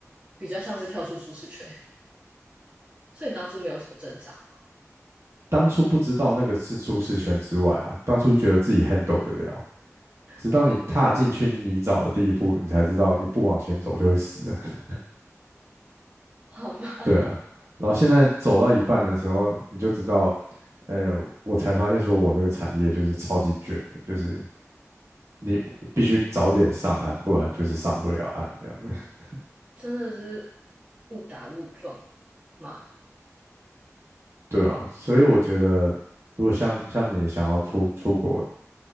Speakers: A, on the right; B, on the right.
A: 比较像是跳出舒适圈。所以你当初没有什么挣扎嘛？
B: <laughs> 当初不知道那个是出适圈之外啊，当初觉得自己 handle 得了，直到你踏进去泥沼的第一步，
A: 哦，
B: 你才知道你不往前走就会死。<laughs>
A: 好吧，
B: 对啊，然后现在走到一半的时候，你就知道，呃，我才发现说我这个产业就是超级卷的，就是你必须早点上岸，不然就是上不了岸这样子。<laughs>
A: <laughs> 真的是误打误撞吗？
B: 对啊，所以我觉得，如果像像你想要出出国